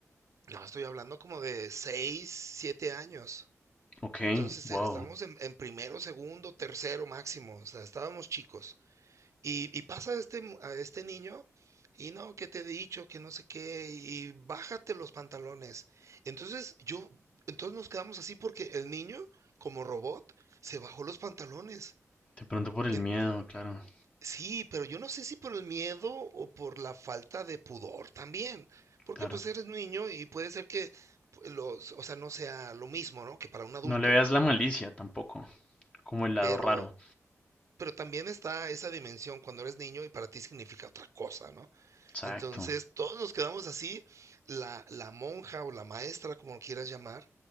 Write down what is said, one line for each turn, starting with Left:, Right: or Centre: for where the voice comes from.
Right: no, estoy hablando como de 6, 7 años.
Left: Ok,
Right: Entonces
Left: wow,
Right: eh, estábamos en, en primero, segundo, tercero máximo, o sea, estábamos chicos. Y, y pasa este, a este niño y no, que te he dicho, que no sé qué, y bájate los pantalones. Entonces yo, entonces nos quedamos así porque el niño, como robot, se bajó los pantalones.
Left: de pronto por el
Right: En-
Left: miedo, claro,
Right: sí, pero yo no sé si por el miedo o por la falta de pudor también, porque
Left: claro.
Right: pues eres niño y puede ser que pues, los, o sea, no sea lo mismo, ¿no? Que para un adulto,
Left: No le veas la malicia tampoco, como el lado
Right: pero
Left: raro.
Right: pero también está esa dimensión cuando eres niño y para ti significa otra cosa, ¿no?
Left: Exacto,
Right: Entonces, todos nos quedamos así, la, la monja o la maestra, como lo quieras llamar,